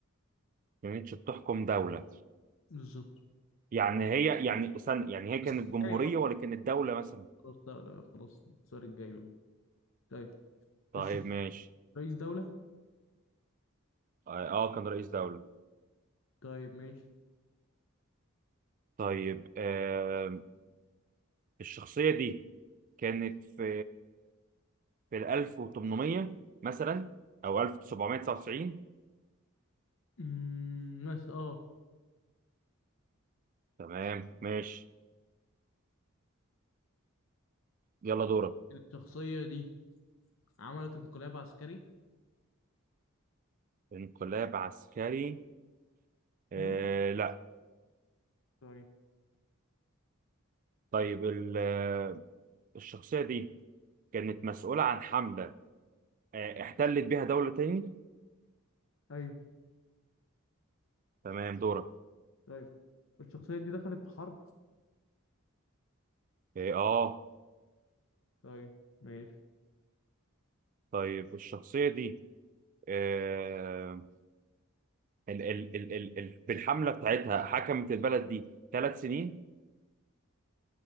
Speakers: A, on the right; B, on the left.
A: ما كانتش بتحكم دولة
B: بالظبط
A: يعني هي يعني استنى يعني هي كانت
B: بس
A: جمهورية
B: يعني بقى-
A: ولا كانت دولة مثلا
B: خلاص لا لا خلاص السؤال الجاي بقى طيب
A: طيب
B: الش-
A: ماشي
B: رئيس دولة
A: اه آه، كان رئيس دولة
B: طيب ماشي
A: طيب آه الشخصية دي كانت في في ال 1800 مثلا او 1799
B: أمم، بس اه
A: تمام ماشي يلا دورك
B: الشخصية دي عملت انقلاب عسكري
A: انقلاب عسكري آه
B: أمم،
A: لا
B: طيب
A: طيب ال- آه، الشخصية دي كانت مسؤولة عن حملة آه، احتلت بيها دولة تاني
B: ايوه
A: تمام دورك
B: طيب الشخصية دي دخلت في حرب
A: اه آه.
B: طيب ماشي
A: طيب الشخصية دي آه ال ال ال ال ال بالحملة بتاعتها حكمت البلد دي ثلاث سنين